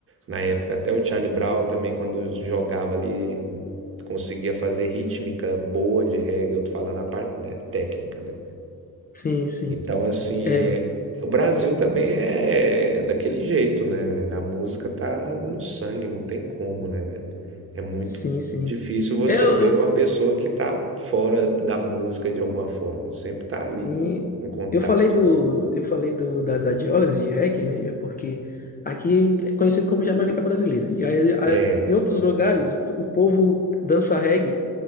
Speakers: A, on the right; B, on the left.
A: Na época, até o Charlie Brown também, quando jogava ali, conseguia fazer rítmica boa de reggae. Eu tô falando a parte né, técnica, né?
B: sim, sim.
A: Então, assim,
B: É,
A: é- o Brasil também é daquele jeito, né, velho? A música tá no sangue, não tem como, né, velho? É muito
B: sim, sim.
A: difícil você
B: É, eu,
A: ver
B: eu
A: uma pessoa que tá fora da música de alguma forma, sempre tá ali
B: e
A: em contato.
B: Eu falei do, eu falei do, das adiolas de reggae, né? É porque aqui é conhecido como Jamaica Brasileira. E aí, a-
A: É.
B: em outros lugares, o, o povo dança reggae